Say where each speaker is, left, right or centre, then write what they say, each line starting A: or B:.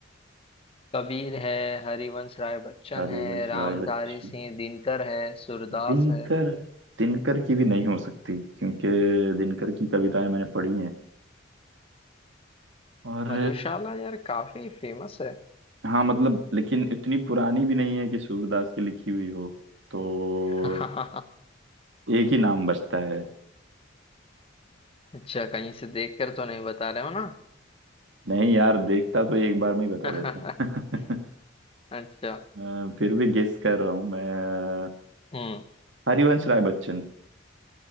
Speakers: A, on the left; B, on the right.
A: कबीर है हरिवंश राय बच्चन
B: हरिवंश
A: है रामधारी
B: राय बच्चन
A: सिंह दिनकर है सूरदास
B: दिनकर
A: है
B: दिनकर की भी नहीं हो सकती क्योंकि दिनकर की कविताएं मैंने पढ़ी हैं और
A: मधुशाला यार काफी फेमस है
B: हाँ मतलब लेकिन इतनी पुरानी भी नहीं है कि सूरदास की लिखी हुई हो तो
A: <laughs>
B: एक ही नाम बचता है
A: अच्छा कहीं से देखकर तो नहीं बता रहे हो ना
B: नहीं यार देखता तो एक बार में ही बता
A: <laughs>
B: देता <laughs>
A: अच्छा
B: अ, फिर भी गेस कर रहा हूँ मैं
A: हम्म
B: हरिवंश राय बच्चन